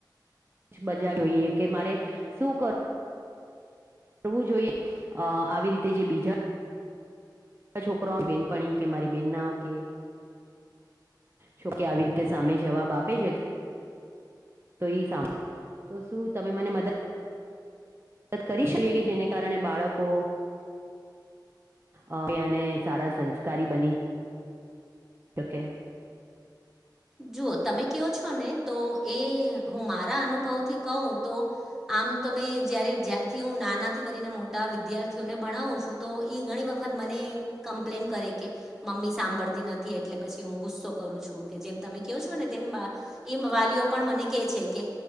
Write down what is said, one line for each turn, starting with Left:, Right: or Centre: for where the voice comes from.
Right: જ બજાવ્યુંએ કે મારે શું કરું કરવું જોઈએ આવી અ રીતે જે બીજા છોકરામાં બેનપણી કે મારી બેન ના કે જોકે આવી રીતે સામે જવાબ આપે છે તો તો એ સાંભળે તો શું તમે મને મદદ મદદ કરી શકીએ કે જેને કારણે બાળકો અહ અવે અને સારા સંસ્કારી બની શકે.
Centre: જુઓ તમે કયો છો ને તો એ હું મારા અનુભવથી કહું તો આમ તમે જ્યારે જ્યારથી હું નાનાથી કરીને મોટા વિદ્યાર્થીઓને ભણાવું છું તો ઇ ઘણી વખત મને કમ્પ્લેન કરે કે મમ્મી સાંભળતી નથી એટલે પછી હું ગુસ્સો કરું છું કે જેમ તમે કયો છો ને તેમ આહ એમ વાલીઓ પણ મને કે છે કે